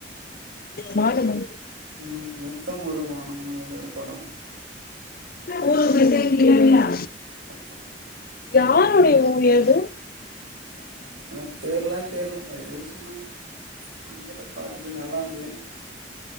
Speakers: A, on the left; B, on the right.
A: வானமா
B: ம் நித்தம் ஒரு வானம்னு எதோ ஒரு படம்
A: போகியா
B: பாத்தே
A: யாருடைய மூவி அது
B: எனக் பேர்லா தெர்ல அது எதோ சொன்னாங்க தெர்ல பாத்துட்டு நல்லா இருந்தது